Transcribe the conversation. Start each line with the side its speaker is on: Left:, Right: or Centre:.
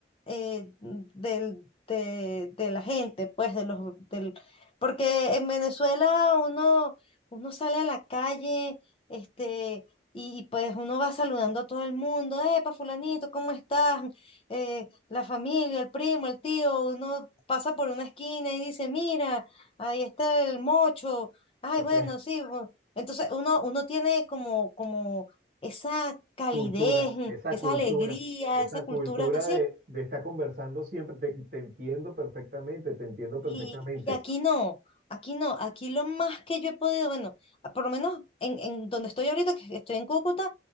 Left: eh, del, de, de la gente, pues, de los, del, porque en Venezuela uno, uno sale a la calle, este, y pues uno va saludando a todo el mundo, epa, fulanito, ¿cómo estás? Eh, la familia, el primo, el tío, uno pasa por una esquina y dice, mira, ahí está el mocho, ay,
Right: Ok.
Left: bueno, sí, bu-". entonces uno, uno tiene como, como esa calidez,
Right: Cultura, esa
Left: esa
Right: cultura,
Left: alegría,
Right: esa
Left: esa cultura
Right: cultura
Left: así,
Right: de, de estar conversando siempre, te, te entiendo perfectamente, te entiendo
Left: Y,
Right: perfectamente.
Left: y aquí no, aquí no, aquí lo más que yo he podido, bueno, a- por lo menos en, en donde estoy ahorita, que estoy en Cúcuta,